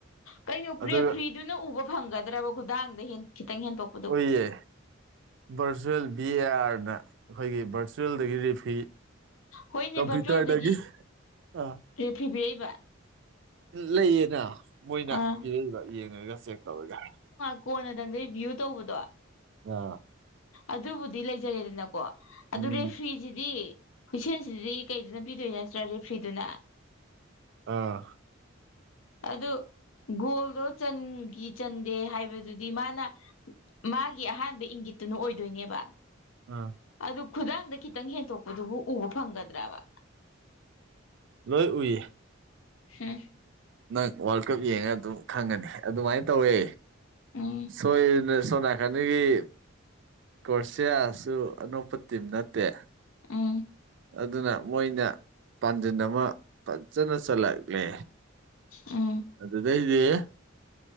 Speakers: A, on the left (about 80°); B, on the right (about 60°).
A: ꯀꯩꯅꯣ
B: ꯑꯗꯨꯒ
A: ꯔꯦꯐ꯭ꯔꯤꯗꯨꯅ ꯎꯕ ꯐꯪꯒꯗ꯭ꯔꯕ ꯈꯨꯗꯥꯡꯗ ꯈꯤꯇꯪ ꯍꯦꯟꯗꯣꯛ
B: ꯑꯣꯏꯌꯦ ꯚꯔꯆꯨꯋꯦꯜ ꯕꯤ ꯑꯦ ꯑꯥꯔꯅ ꯑꯩꯈꯣꯏꯒꯤ ꯚꯔꯆꯨꯋꯦꯜꯗꯒꯤ ꯔꯤꯐꯤ
A: ꯍꯣꯏꯅꯦ
B: ꯀꯝꯄ꯭ꯌꯨꯇꯔꯗꯒꯤ
A: ꯚꯔꯆꯨꯋꯦꯜꯗꯒꯤ
B: ꯑ
A: ꯔꯦꯐ꯭ꯔꯤ ꯄꯤꯔꯛꯏꯕ
B: ꯂꯩꯌꯦꯅ ꯃꯣꯏꯅ
A: ꯑꯥ
B: ꯄꯤꯔꯛꯏꯕ ꯌꯦꯡꯉꯒ ꯆꯦꯛ ꯇꯧꯔꯒ
A: ꯀꯣꯟꯅꯗꯪꯗ ꯔꯤꯚ꯭ꯌꯨ ꯇꯧꯕꯗꯣ
B: ꯑ
A: ꯑꯗꯨꯕꯨꯗꯤ ꯂꯩꯖꯔꯦꯗꯅꯀꯣ ꯑꯗꯨ
B: ꯎꯝ
A: ꯔꯦꯐꯤꯁꯤꯗꯤ ꯍꯨꯏꯁꯦꯜꯁꯤꯗꯤ ꯀꯩꯗꯨꯅ ꯄꯤꯗꯣꯏ ꯅꯠꯇ꯭ꯔꯣ ꯔꯦꯐ꯭ꯔꯤꯗꯨꯅ
B: ꯑꯥ
A: ꯑꯗꯨ ꯒꯣꯜꯗꯣ ꯆꯟꯈꯤ ꯆꯟꯗꯦ ꯍꯥꯏꯕꯗꯨꯗꯤ ꯃꯥꯅ ꯃꯥꯒꯤ ꯑꯍꯥꯟꯕ ꯏꯪꯒꯤꯠꯇꯨꯅ ꯑꯣꯏꯗꯣꯏꯅꯦꯕ
B: ꯑꯥ
A: ꯑꯗꯨ ꯈꯨꯗꯥꯡꯗ ꯈꯤꯇꯪ ꯍꯦꯟꯇꯣꯛꯄꯗꯨꯕꯨ ꯎꯕ ꯐꯪꯒꯗ꯭ꯔꯕ
B: ꯅꯣꯏ ꯎꯏ
A: ꯍꯝ
B: ꯅꯪ ꯋꯥꯔꯜ ꯀꯞ ꯌꯦꯡꯉ ꯑꯗꯨꯝ ꯈꯪꯒꯅꯤ ꯑꯗꯨꯃꯥꯏꯅ ꯇꯧꯋꯦ
A: ꯎꯝ
B: ꯁꯣꯏꯔꯅ ꯁꯣ ꯍꯅꯒꯤ ꯀ꯭ꯔꯣꯁꯤꯌꯥꯁꯨ ꯑꯅꯣꯞꯄ ꯇꯤꯝ ꯅꯠꯇꯦ
A: ꯑ
B: ꯑꯗꯨꯅ ꯃꯣꯏꯅ ꯄꯥꯟꯖꯤꯜ ꯑꯃ ꯐꯖꯅ ꯆꯠꯂꯛꯂꯦ
A: ꯑ
B: ꯑꯗꯨꯗꯅꯦ ꯏꯦ